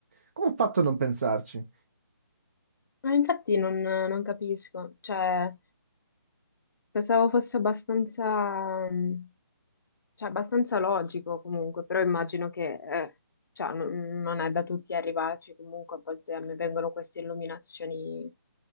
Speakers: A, on the right; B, on the left.
A: come ho fatto a non pensarci?
B: Ma infatti non, non capisco, cioè... Pensavo fosse abbastanza, mh, cioè, abbastanza logico comunque, però immagino che eh, cioè, non, non è da tutti arrivarci, comunque a volte a me vengono queste illuminazioni